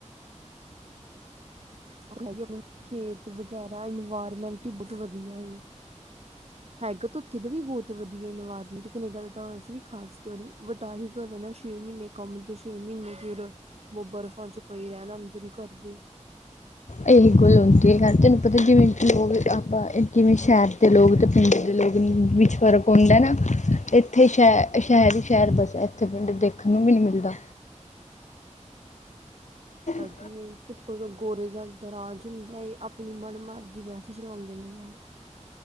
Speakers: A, on the right (about 55°); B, on the left (about 70°).
A: ਓ ਤੇ ਹੈ ਈ ਏ ਆਪਣੇ ਖੇਤ ਵਗੈਰਾ ਇਨਵਾਇਰਮੈਂਟ ਹੀ ਬਹੁਤ ਵਧੀਆ ਏ। ਹੈਗਾ ਤਾਂ ਉੱਥੇ ਦਾ ਵੀ ਬਹੁਤ ਵਧੀਆ ਇਨਵਾਇਰਮੈਂਟ ਕਨੇਡਾ ਦਾ ਤਾਂ ਵੈਸੇ ਵੀ ਖਾਸ ਕਰ ਵਡਾ ਹੀ ਕਰ ਲੈਣਾ ਛੇ ਮਹੀਨੇ। ਕੰਮ ਤੇ ਛੇ ਮਹੀਨੇ ਫਿਰ ਬਰਫ਼ਾਂ ਚ ਪਈ ਰਹਿਣ ਅੰਦਰ ਹੀ ਕਰਦੇ।
B: ਇਹੀ ਗੁਲ ਆਉੁੰਦੀ ਹੈ ਯ ਤੈਨੂੰ ਪਤਾ ਜਿਵੇਂ ਲੋਕ ਆਪਾਂ ਕਿਵੇਂ ਸ਼ਹਿਰ ਦੇ ਲੋਕ ਜ ਦੇ ਲੋਕਗ ਵਿੱਚ ਫਰਕ ਹੁੰਦੈ ਨਾ ਇਥੇ ਸ਼ ਸ਼ਹਿਰ ਹੀ ਸ਼ਹਿਰ ਬਸਿਆ ਇੱਥੇ ਪਿੰਡ ਦੇਖਣ ਨੂੰ ਵੀ ਨੀ ਮਿਲਦਾ। <inaudible>
A: ਕਿ ਟਿੱਪਰ ਗੋਰੇ ਦਾ ਅੰਤਰ ਰਾਜ ਹੁੰਦਾ ਹੈਏ ਆਪਣੀ ਮਨ ਮਾਰਦਾ। ਜਿ ਵੇੈਸੇ ਚਲਾਉਂਦੇ ਨੇ ਆ।